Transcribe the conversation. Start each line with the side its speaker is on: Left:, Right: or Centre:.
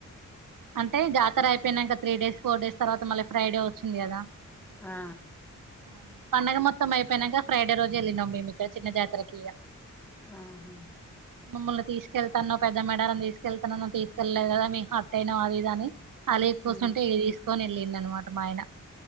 Right: అంటే జాతర అయిపోయినంక త్రీ డేస్ ఫోర్ డేస్ తర్వాత మళ్ళీ ఫ్రైడే వచ్చింది కదా.
Centre: ఆ
Right: ఆ పండుగ మొత్తం అయిపోయినంక ఫ్రైడే రోజు వెళ్ళినం మేము ఇక్కడ చిన్న జాతరకి ఇగ
Centre: అహా
Right: మ్మల్ని తీసుకెళ్తాన్నవ్ పెద్ద మేడారం తీసుకెళ్తానని తీసుకెళ్లేదు కదా మీకు అట్ట అయినమ్ అది ఇది అని అలిగ్ క్కూసుంటే
Centre: ఉమ్
Right: ఇగ తీసుకొని వెళ్ళిండి అన్మాట మా ఆయన